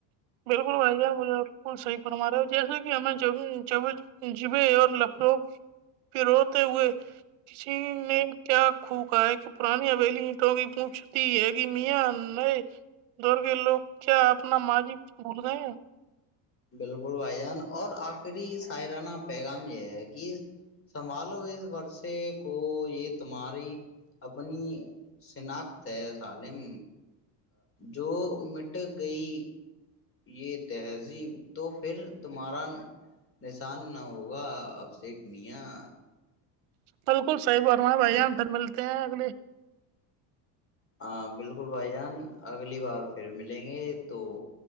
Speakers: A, on the right; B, on the left.
A: بک بھان مجھے ب صحی فرما رہے ہو جیسے کہ ہمیں جب جبے اور لڑو پوتے ہوئے کسی نے کیا کو کہا ہے کہ پرانی ابیلیٹوں کی پوچھتی ہے کہ میا نئے دور کے لوگ کیا اپنا ماض بھول گئے
B: بالکل بھائی جان اور آخری سائرانہ پیغام یہ ہے کہ سنبھالو اس ورثے کو یہ تمہاری اپنی شناخت ہے سالم جو مٹ گئی یہ تہذیب تو پھر تمہارا نشان نہ ہوگا اب شیک میاں
A: بالکل صحیح بم ہے بھائی ہم پھر ملتے ہیں اگلی
B: ہاں بالکل بھائی جان اگلی بار پھر ملیں گے تو